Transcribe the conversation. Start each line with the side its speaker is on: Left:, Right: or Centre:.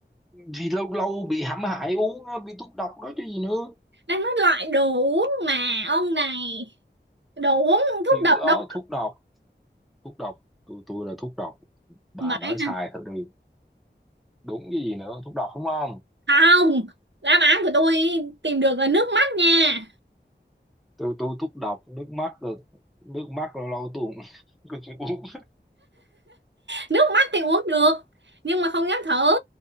Centre: thì lâu lâu bị hãm hại uống á, bị thuốc độc đó chứ gì nữa
Right: Đang nói loại đồ uống mà ông này đồ uống thuốc
Centre: thì
Right: độc
Centre: đó
Right: đâu
Centre: thuốc độc thuốc độc tôi tôi là thuốc độc bà
Right: vậy
Centre: nói sai
Right: hả?
Centre: thử đi đúng cái gì nữa thuốc độc đúng không
Right: Không, đáp án của tôi tìm được là nước mắt nha.
Centre: tôi tôi thuốc độc nước mắt rồi nước mắt lâu lâu tôi cũng <laughs> cũng uống
Right: Nước mắt thì uống được nhưng mà không dám thử,